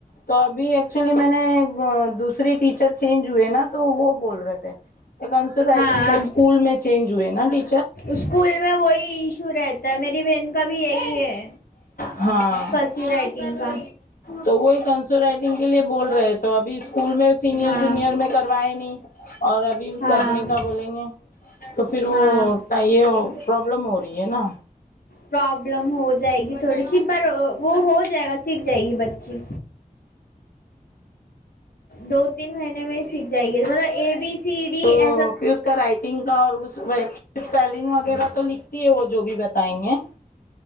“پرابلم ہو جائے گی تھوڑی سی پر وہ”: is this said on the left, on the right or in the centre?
Left